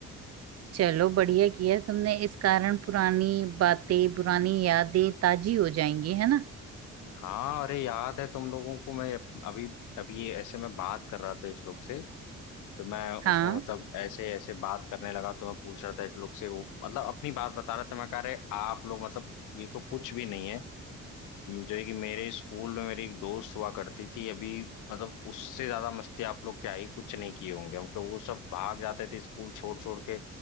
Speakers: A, on the right (about 55°); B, on the left (about 85°).
A: चलो बढ़िया किया तुमने इस कारण पुरानी बातें पुरानी यादें ताजी हो जाएंगी है ना
B: हाँ अरे याद है तुम लोगों को मैं अभी अभी ये ऐसे मैं बात कर रहा था एक लोग से तो मैं उसमें
A: हाँ
B: मतलब ऐसे ऐसे बात करने लगा तो मैं पूछ रहा था एक लोग से वो मतलब अपनी बात बता रहा था मैं कह रहे आप लोग मतलब ये तो कुछ भी नहीं है जो है कि मेरे स्कूल में मेरी एक दोस्त हुआ करती थी अभी मतलब उससे ज्यादा मस्ती आप लोग क्या ही कुछ नहीं किए होंगे क्योंकि वो सब भाग जाते थे स्कूल छोड़ छोड़ के